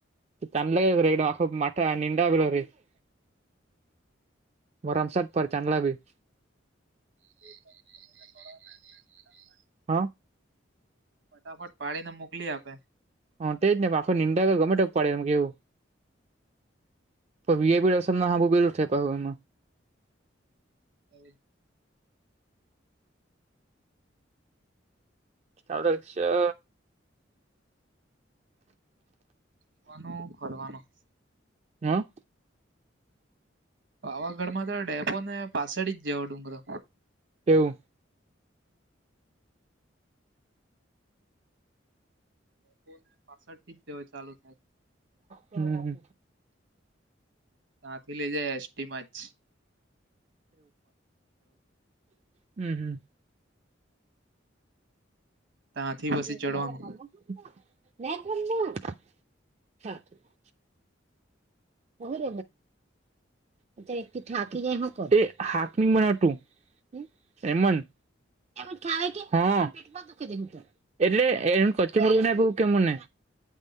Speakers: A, on the right; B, on the right.
A: <unintelligible> વમસદ પર ચાંદલા વીર
B: એ તો હું બધાને પડો <unintelligible>
A: હા.
B: ફટાફટ પાડી ને મોકલી આપે.
A: હ તે જ ને આખો નિંદા ગમે તે પડે એમ કેવું. પણ વીઆપી રસમ ના <unintelligible> પું એમાં.
B: હવે.
A: ખીતાબ રહ છે.
B: પવાનું ફરવાનું.
A: હા.
B: પાવાગઢ માં તો ડેપો ને પાછળ જ જેવો ડુંગરો.
A: એવુ
B: ફોન એ પાસવૉર્ડ થીજ ચાલુ થાય.
A: હમ્મ
B: ત્યાથી લઈ જાય એસટી માજ
A: હમ્મ હમ્મ
B: ત્યાંથી
A: <unintelligible>
B: પછી ચડવાનું
A: બરોબર અત્યારે તું થાકી હ હાક મનાતું <unintelligible> એટલે એ કચ્ચુંવું ના આપું કે મને.